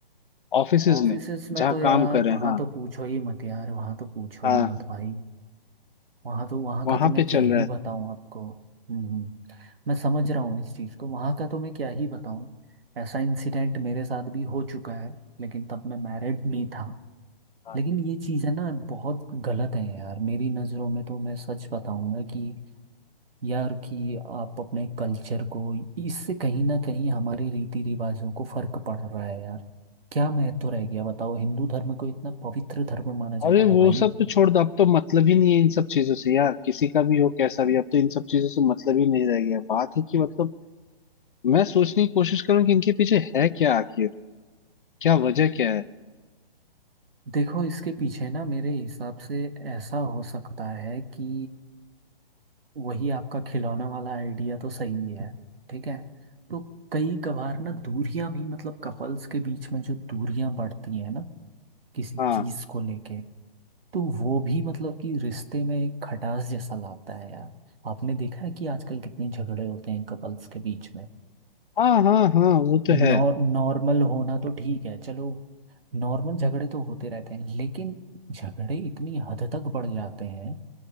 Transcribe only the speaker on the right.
ऑफिसेस
में
तो यार
वहाँ
तो पूछो ही मत यार वहाँ तो पूछो
ही मत भाई वहाँ तो वहाँ
का तो मैं
क्या
ही
बताऊँ आपको हम्म मैं समझ रहा हूँ इस चीज़ को वहाँ का तो मैं क्या ही बताऊँ ऐसा इंसिडेंट मेरे साथ भी हो चुका है लेकिन तब मैं मैरिड नहीं था
लेकिन ये चीज़ें ना बहुत गलत हैं यार मेरी नज़रों में तो मैं सच बताऊँगा कि यार कि आप अपने कल्चर को इससे कहीं ना कहीं हमारे रीति रिवाजों को फर्क पड़ रहा है यार क्या महत्व रह गया बताओ हिंदू धर्म को इतना पवित्र धर्म माना जाता
है
भाई
देखो इसके पीछे ना मेरे हिसाब से ऐसा हो सकता है कि वही आपका खिलौना वाला आइडिया तो सही है ठीक है तो कई कभार ना दूरियां भी मतलब कपल्स के बीच में जो दूरियां बढ़ती है ना किसी
चीज को लेके तो वो भी मतलब कि रिश्ते में एक खटास जैसा लाता है यार आपने देखा है कि आजकल कितने झगड़े होते हैं कपल्स के बीच में
नॉर
नॉर्मल होना तो ठीक है चलो नॉर्मल झगड़े तो होते रहते हैं लेकिन झगड़े इतनी हद तक बढ़ जाते हैं